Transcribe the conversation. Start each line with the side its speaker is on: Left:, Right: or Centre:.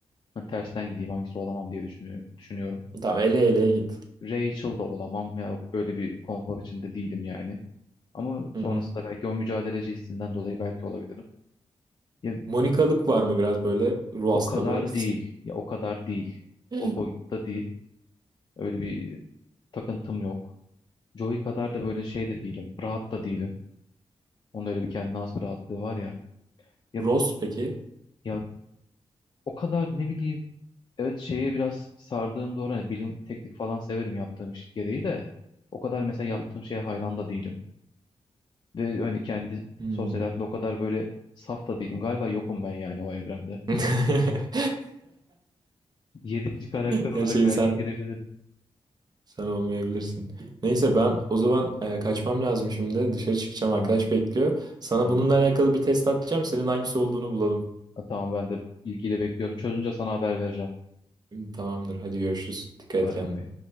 Left: Ha, tersten gideyim hangisi olamam diye düşünü- düşünüyorum.
Right: Tamam ele eleye git.
Left: Rachel da olamam. Ya öyle bir konfor içinde değilim yani. Ama sonrasında
Right: Hı hı.
Left: belki o mücadeleci hissinden dolayı belki olabilirim. Ya
Right: Monikalık var mı biraz böyle ruh
Left: O
Right: hastalığı?
Left: kadar Anladım. değil. Ya o kadar değil.
Right: <laughs>
Left: O boyutta değil. Öyle bir takıntım yok. Joey kadar da böyle şey de değilim. Rahat da değilim. Onun öyle bir kendine has bir rahatlığı var ya. Ya,
Right: Ross peki?
Left: ya o kadar ne bileyim. Evet şeye biraz sardığım doğru. Hani bilim, teknik falan severim yaptığım iş gereği de. O kadar mesela yaptığım şeye hayran da değilim. Ve hani kendi
Right: Hmm.
Left: sosyal hayatımda o kadar böyle saf da değilim. Galiba yokum ben yani o evrende.
Right: <laughs>
Left: Yedinci karakter olarak
Right: Gerçekten
Left: belki
Right: sen
Left: girebilirim.
Right: sen olmayabilirsin. Neyse ben o zaman e, kaçmam lazım şimdi. Dışarı çıkacağım
Left: Tamam.
Right: arkadaş bekliyor. Sana
Left: Tamam.
Right: bununla alakalı bir test atacağım. Senin hangisi olduğunu bulalım.
Left: Ha, Tamam ben de ilgiyle bekliyorum. Çözünce sana haber vereceğim.
Right: Tamamdır. Hadi görüşürüz. Dikkat
Left: Bay
Right: et kendine.
Left: bay.